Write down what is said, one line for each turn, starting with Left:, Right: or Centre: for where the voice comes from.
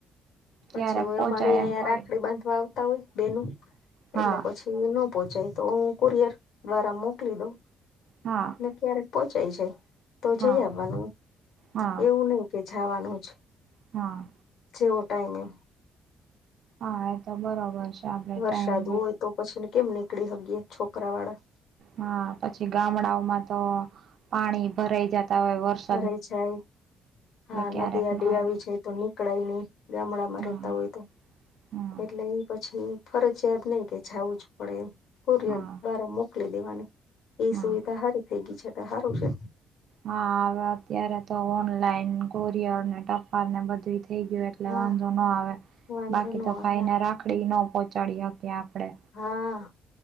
Left: પછી
Right: ક્યારેક
Left: હું
Right: પોચાય
Left: અમારે અહીંયા
Right: એમ હોય
Left: રાખડી બાંધવા હોય બેનું
Right: હા
Left: એટલે પછી ન પહોંચાય તો હું કુરિયર દ્વારા મોકલી દઉં.
Right: હા.
Left: ને ક્યારેક પોહચાય જાય તો જઈ
Right: હા
Left: આવવાનું
Right: હા
Left: એવું નહી કે જવાનું જ.
Right: હા.
Left: છેવ ટાઈમ એમ
Right: હા, એ તો બરોબર છે. આપડે ટાઈમ
Left: વરસાદ હોય તો પછી કેમ નીકળી શકે છોકરા વાળા.?
Right: હા, પછી ગામડાઓમાં તો પાણી ભરાઈ જતા હોય વરસા
Left: ભરાઈ જાય હા, નદી
Right: ક્યારેક
Left: આડી
Right: નઈ
Left: આવી જાય તો નીકળાય નહી ગામડામાં
Right: હા
Left: રહેતા હોય તો.
Right: હા
Left: એટલે એ પછી ફરજિયાત નઈ કે જવું જ પડે એમ. કુરિયર
Right: હા
Left: દ્વારા મોકલી દેવાની એ
Right: હા
Left: સુવિધા સારી થઈ ગઈ છે, સારું છે.
Right: હા, હવે અત્યારે તો ઓનલાઈન, કુરિયર, ને ટપાલ ને બધું થઇ ગયું. એટલે
Left: હા
Right: વાંધો ના આવે,
Left: વાંધો
Right: બાકી
Left: ન આવે
Right: તો ભાઈને રાખડી ન પહોંચાડી શકી આપણે.
Left: હા.